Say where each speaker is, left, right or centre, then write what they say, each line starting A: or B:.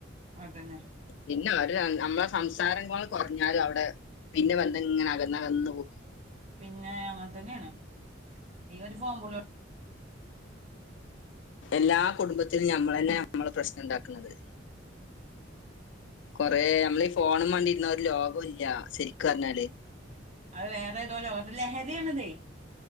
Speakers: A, on the right (about 35°); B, on the left (about 65°).
A: അതന്നെ
B: പിന്നെ ഒരു നമ്മളെ സംസാരങ്ങൾ കുറഞ്ഞാലും അവിടെ പിന്നെ വന്ത ഇങ്ങനെ അകന്നകന്നു പോ
A: പിന്നെ അങ്ങനെ തന്നെയാണ് ഈ ഒരു ഫോണ് വിളി
B: എല്ലാ കുടുംബത്തിനും ഞമ്മളന്നെ നമ്മളെ പ്രശ്നം ഉണ്ടാക്കണത് കൊറേ നമ്മളീ ഫോണും വേണ്ടിരുന്ന ഒരു ലോകം ഇല്ല ശരിക്കും പറഞ്ഞാല്
A: അത് വേറെ ഏതോലുംോകത്തി ലഹരിയാണ അതേ